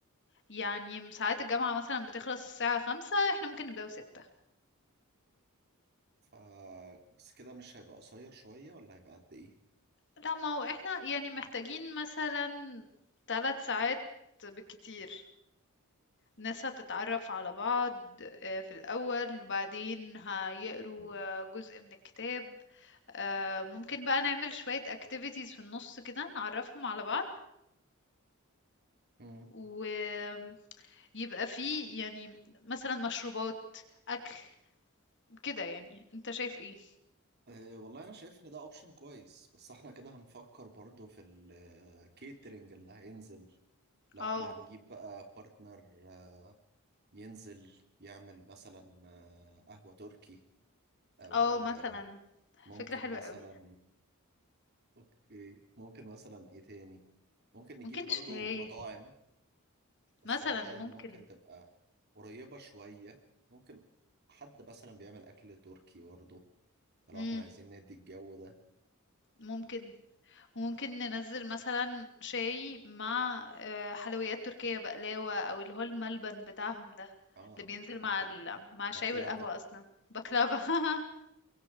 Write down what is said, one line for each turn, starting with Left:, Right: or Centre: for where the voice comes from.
Left: يعني ساعات الجامعة مثلا بتخلص الساعة خمسة احنا ممكن نبدأه ستة
Right: ف بس كده مش هيبقى قصير شوية ولا هيبقى قد إيه؟
Left: لا ما هو احنا يعني محتاجين مثلا ثلاث ساعات بالكتير ناس هتتعرف على بعض آه، في الأول وبعدين هيقروا آه، جزء من الكتاب آه، ممكن بقى نعمل شوية activities في النص كده نعرفهم على بعض
Right: مم.
Left: ويبقى فيه يعني مثلا مشروبات أكل كده يعني انت شايف ايه؟
Right: أه والله أنا شايف إن ده أوبشن كويس بس إحنا كده هنفكر برضو في الكيترينج اللي هينزل لو
Left: اه
Right: إحنا هنجيب بقى بارتنر ينزل يعمل مثلا آه، قهوة تركي أو
Left: اه مثلا
Right: آه، ممكن
Left: فكرة حلوة
Right: مثلا
Left: قوي
Right: اوكي ممكن مثلا ايه تاني ممكن نجيب
Left: ممكن
Right: برضو
Left: شاي
Right: مطاعم بس
Left: مثلا
Right: المطاعم
Left: ممكن
Right: ممكن تبقى قريبة شوية ممكن حد مثلا بيعمل اكل تركي برضو لو
Left: مم.
Right: احنا عايزين ندي الجو ده
Left: ممكن وممكن ننزل مثلا شاي مع آه، حلويات تركية بقلاوة او اللي هو الملبن بتاعهم ده
Right: اه
Left: اللي بينزل مع
Right: ب...
Left: ال... مع الشاي
Right: بكلافا
Left: والقهوة اصلا بكلافة <laughs>